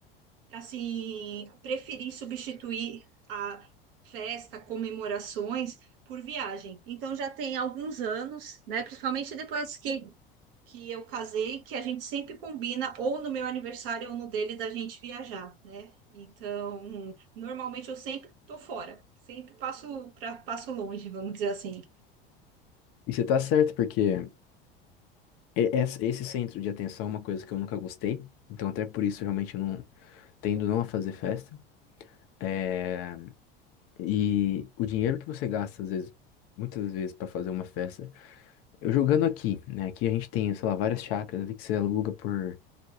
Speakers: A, on the right (about 70°); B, on the left (about 50°).
A: assim, preferi substituir a festa, comemorações por viagem. Então já tem alguns anos, né, principalmente depois que que eu casei, que a gente sempre combina ou no meu aniversário ou no dele da gente viajar, né? Então, normalmente eu sempre tô fora, sempre passo para passo longe, vamos dizer assim.
B: E você tá certo, porque e- es- esse centro de atenção é uma coisa que eu nunca gostei. Então, até por isso, eu realmente não tendo não a fazer festa. É, E o dinheiro que você gasta, às vezes, muitas vezes, pra fazer uma festa. Eu jogando aqui, né? Aqui a gente tem, sei lá, várias chácaras ali que você aluga por.